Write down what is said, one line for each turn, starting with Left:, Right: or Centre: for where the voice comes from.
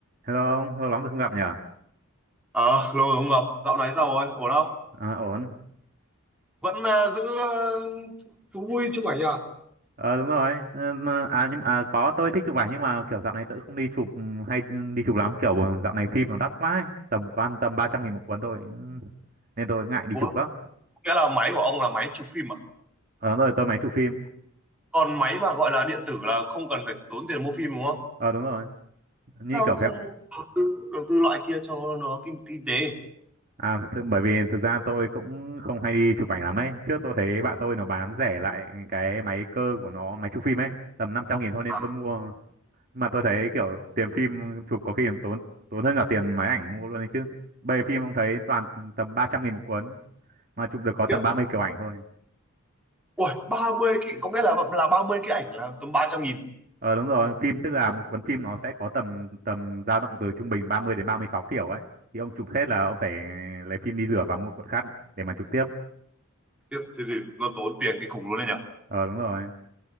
Right: Hello ông, lâu lắm rồi không gặp nhỉ?
Centre: Ờ, lâu rồi không gặp, dạo này sao rồi, ổn không?
Right: À, ổn.
Centre: Vẫn ờ, giữ ờ, thú vui chụp ảnh à
Right: Ờ đúng rồi. Ờ, mà- À nhưng mà à, có tôi thích chụp ảnh nhưng mà kiểu dạo này tôi không đi chụp ừ, hay đi chụp lắm kiểu dạo này phim nó đắt quá, ấy. tầm ban tầm ba trăm nghìn một cuốn thôi ừ, nên tôi ngại đi
Centre: Ủa,
Right: chụp lắm.
Centre: nghĩa là máy của ông là máy chụp phim à?
Right: Ờ đúng rồi, tôi máy chụp phim.
Centre: Còn máy mà gọi là điện tử là không cần phải tốn tiền mua phim đúng không?
Right: Ờ đúng rồi. Như
Centre: Sao
Right: kiểu
Centre: không
Right: cái
Centre: đầu tư, đầu tư loại kia cho nó kinh, kinh tế?
Right: à th bởi vì thực ra tôi cũng không hay đi chụp ảnh lắm ấy. Trước tôi thấy bạn tôi nó bán rẻ lại cái máy cơ của nó, máy chụp phim ấy, tầm năm trăm nghìn thôi nên
Centre: À,
Right: tôi mua. mà tôi thấy kiểu tiền phim chụp có khi còn tốn tốn hơn cả tiền máy ảnh mua luôn đấy chứ bây giờ phim ông thấy toàn tầm ba trăm nghìn một cuốn mà chụp được có
Centre: Tiếp,
Right: tầm 30 kiểu ảnh thôi
Centre: ui, 30 cái, có nghĩa là là ba mươi cái ảnh là tầm 300 nghìn.
Right: ờ đúng rồi phim tức là một cuốn phim nó sẽ có tầm tầm dao động từ trung bình 30 đến 36 kiểu ấy thì ông chụp hết là ông phải lấy phim đi rửa và mua cuộn khác để mà chụp tiếp
Centre: Tiếp, thì, thì nó tốn tiền kinh khủng luôn đấy nhở?
Right: ờ đúng rồi